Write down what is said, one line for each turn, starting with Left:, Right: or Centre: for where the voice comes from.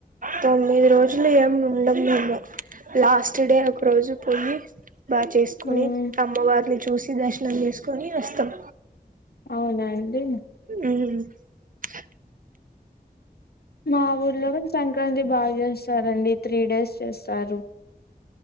Right: తొమ్మిది రోజులు ఏమి ఉండము మేము లాస్ట్ డే ఒక రోజు పోయి బాగా చేసుకొని
Left: ఉమ్,
Right: అమ్మవారిని చూసి దర్శనం చేసుకొని వస్తాం
Left: అవునండి
Right: హ
Left: మా ఊర్లో సంక్రాంతి బాగా చేస్తారండి త్రీ డేస్ చేస్తారు